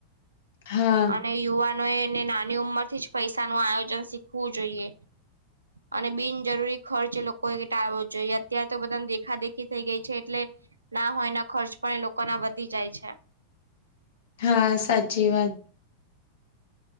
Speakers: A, on the left (about 60°); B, on the right (about 75°).
A: હા
B: અને યુવાનો એને નાની ઉંમર થી જ પૈસાનું આયોજન શીખવું જોઈએ. અને બિનજરૂરી ખર્ચ એ લોકો એ ટાળવો જોઈએ અત્યારે તો બધા તો દેખા દેખી થઈ ગઈ છે, એટલે ના હોયના ખર્ચ પણ ઈ લોકો ના વધી જાય છે.
A: હા સાચી વાત